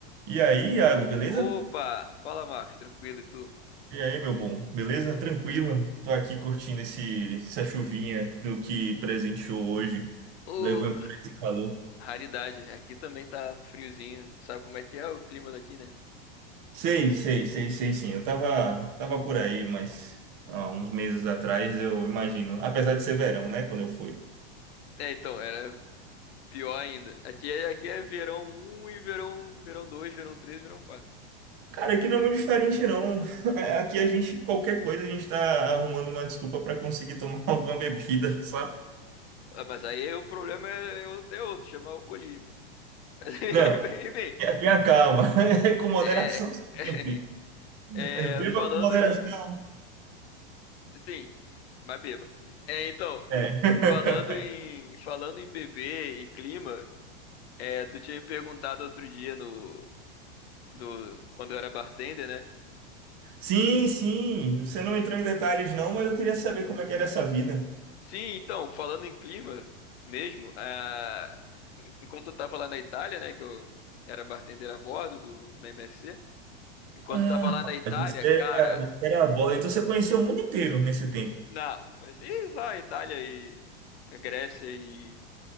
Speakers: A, on the right; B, on the left.
A: E aí, Iago, beleza?
B: Opa! Fala, Marcos, tranquilo, e tu?
A: E aí, meu bom, beleza? Tranquilo? Tô aqui curtindo esse, essa chuvinha do que presenteou hoje.
B: Ô,
A: Levou embora esse calor.
B: raridade, aqui também tá friozinho. Tu sabe como é que é o clima daqui, né?
A: Sei, sei, sei, sei sim. Eu tava, tava por aí, mas há uns meses atrás, eu imagino. Apesar de ser verão, né? Quando eu fui.
B: É, então, era pior ainda. Aqui é, aqui é verão um e verão, verão 2, verão três, verão quatro.
A: Cara, aqui não é muito diferente, não. <laughs> Aqui a gente, qualquer coisa, a gente tá arrumando uma desculpa pra conseguir tomar <laughs> alguma bebida, sabe?
B: Ah, Mas aí o problema é, é outro é outro, chamar alcoolismo. <laughs>
A: Não,
B: Enfim,
A: tenha calma. <laughs> É Com moderação
B: é, é,
A: sempre.
B: é,
A: Beba
B: falando
A: com moderação.
B: em... Sim, mas beba. É, então,
A: É. <laughs>
B: falando em, falando em bebê e clima, é, tu tinha me perguntado outro dia no, do quando eu era bartender, né?
A: Sim, sim. Você não entrou em detalhes, não, mas eu queria saber como é que era essa vida.
B: Sim, então, falando em clima mesmo, ah, enquanto eu tava lá na Itália, né, que eu era bartender a bordo do na MSC, enquanto
A: Ah,
B: eu tava lá na Itália,
A: rapaz, você
B: cara,
A: era, você era a borda, então você conheceu o mundo inteiro nesse tempo.
B: na, mas se só a Itália e a Grécia e